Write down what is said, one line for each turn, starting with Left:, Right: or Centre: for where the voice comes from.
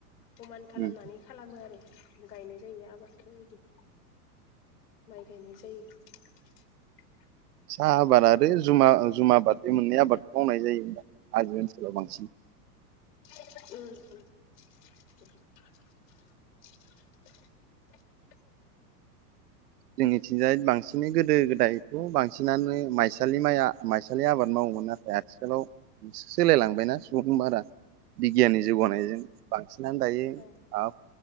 Left: समान खालामनानै
Right: उम
Left: खालामो आरो गायनाय जायो आबादखौ बिदि। माइ गायनाय जायो।
Right: साहा आबाद आरो जुमा जुमा आबाद बे मोननै आबादखौ मावनाय जायो हाजो ओनसोलाव बांसिन। <inaudible>
Left: उ। <inaudible>
Right: जोंनि थिंजाय बांसिनै गोदो गोदायथ' बांसिनानो माइसालि माइ माइसालि आबाद मावो। नाथाय आथिखालाव सोलायलांबायना सुबुं बारा। बिगियाननि जौगानायजों
Left: उम
Right: बांसिनानो दायो मा
Left: उम औ